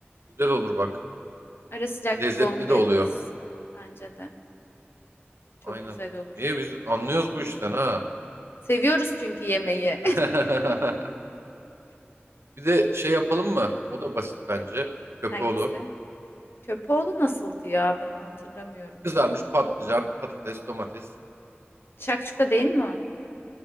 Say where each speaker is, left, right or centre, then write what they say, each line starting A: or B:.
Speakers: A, on the right; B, on the left.
A: Güzel olur bak.
B: Ara sıcak
A: Lezzetli
B: gibi onu veririz.
A: de oluyor.
B: Bence de. Çok
A: Aynen.
B: güzel olur.
A: İyi biz anlıyoruz bu işten ha.
B: Seviyoruz çünkü yemeği.
A: <laughs> Bir de şey yapalım mı? O da basit bence.
B: <laughs>
A: Köpoğlu.
B: Hangisi? Köpoğlu nasıldı ya? Ben onu hatırlamıyorum.
A: Kızarmış patlıcan, patates, domates.
B: Şakşuka değil mi?